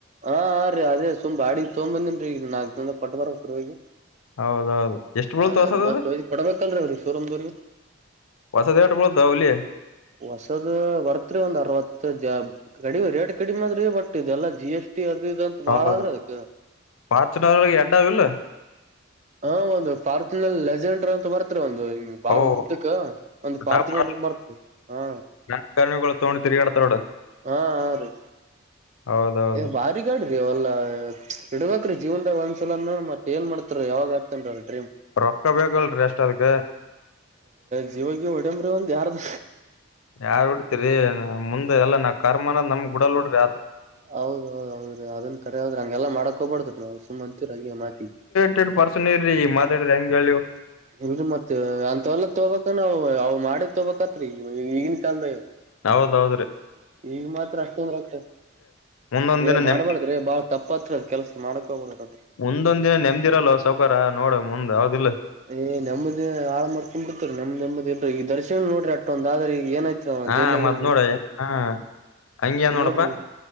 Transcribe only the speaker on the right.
ಹಾ ರೀ ಅದೇ ಸುಮ್ ಭಾಡಿ ತೊಂಬಂದಿನ್ ರ ಈಗ ನಾಲ್ಕಕ್ ದ ಕೊಟ್ಟ ಬರ ಕುರ್ವಾಗಿಿ
ಹಾ
ರೀ ಮತ್ತ ಕೊಡ್ಬೇಕಲ್ರೀ ಅವ್ರಿ ಶೋರೂಮ ದವ್ರಿಗೆ
ಹೊಸದ ಬರ್ತ್ರಿ ಒಂದ್ ಅರವತ್ತು ಕಡಿಮೆ ರೇಟ್ ಕಡಿಮೆ ಆದ್ರೆ ಬಟ್ ಇದೆಲ್ಲ ಜಿ ಎಸ್ ಟಿ ಹಟ್ಟಿ ಅದಂತ
ಬಾಳ ಆದ್ರೆ ಅದಕ್ಕ
ಹಾ ಒಂದು ಫಾರ್ಥನ್ಲ್ಲಿ ಲೆಜೆಂಡರ್ ಅಂತ ಬರ್ತ್ರಿ ಒಂದು ಹ್ಮ ಬಾಳ
ಉದ್ದಕ್ ಒಂದ್ ಫಾರ್ಚುನ
ಬರ್ತ ಹಾ
ಹಾ ಹ ರ
ಬಾರಿ ಗಾಡ್ರಿ ಅವಲ್ಲಾ ಇಡಬೇಕ್ರೀವದ ಒಂದ್ಲನ ಮತ್ತ ಏನ್ ಮಾಡತಾರರಿ ಯಾವಾಗ ಆತೇನ್ೀ
ಜೀವಾಗ ಹೊಡಂಬ್ರಿ ಒಂದು್ ಯಾರ್ದ
ಹೌದೌದ್ ಹೌದ್ರೀ ಅದನ್ ಕಡೆ ಹೋದ್ರಿ ಹಂಗೆಲ್ಲ ಮಾಡಕ್ ಹ್ಬಾರಡ್ದ ನಾವು ಸುಮ್ಮ್ ಅಂತೀ ಹಂಗೆ ಮಾತಿ
ಇಲ್ರಿ ಮತ್ತತ್ ಅಂತ ಎಲ್ಲ ತೋಬಕ ಅವ್ ಮಾಡೇ ತೊಬಬೇಕತ್ರಿ ಈಗನ್ ಕಾಲದ
ಈಗ ಮಾತ್ರ ಅಷ್ಟೊಂದ್ರ ಆಗ್ತದೆ
ಏ ಮಾಡ್ಬಾರ್ದ್ರೆ
ಬಾಳ ತಪ್ಪ ಹತ್ರ ಅದ ಕೆಲ್ಸ ಮಾಡ್ಕೋುದು ಕೂಡು
ಏ್ ನಮ್ಮ್ದದೇ ಹಾಳ ಮಾಡ್ಕೊಂಡ್ ಬಿಡ್ತರಿ ನಮ್ದ ನೆಮ್ಮದಿನ್ೀ ಈಗ ದರ್ಶನ್ ನೋಡ್ರಿ ಅಷ್ಟೊಂದ್್ರ ಈ ಏ
ಜೈಲನಾಗಲ್ರೀ
ಇದು
ನೋಡ್ರಿ